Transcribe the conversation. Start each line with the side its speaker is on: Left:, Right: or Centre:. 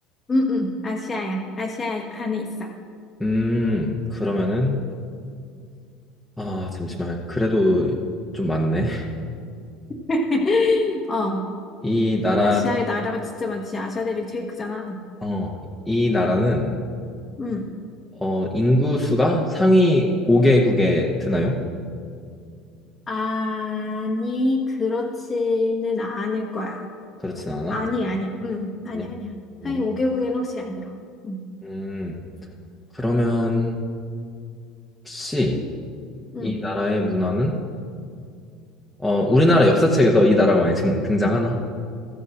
Left: 음, 음. 아시아야. 아시아 안에 있어.
Centre: 음, 그러면은 아, 잠시만. 그래도 좀 많네.
Left: <laughs> 어,
Centre: 이 나라,
Left: 아시아의 나라가 진짜 많지. 아시아 대륙이 제일 크잖아.
Centre: 어, 이 나라는
Left: 음.
Centre: 어, 인구 수가 상위 5개국에 드나요?
Left: 아니, 그렇지는 않을 거야.
Centre: 그렇진 않아?
Left: 아니, 아니야. 음, 아니,
Centre: 아니야.
Left: 아니야.
Centre: 그러면은
Left: 상위 5개국에는 확실히 안 들어. 음,
Centre: 음, 그러면 혹시
Left: 음.
Centre: 이 나라의 문화는 어, 우리나라 역사책에서 이 나라가 많이 등, 등장하나?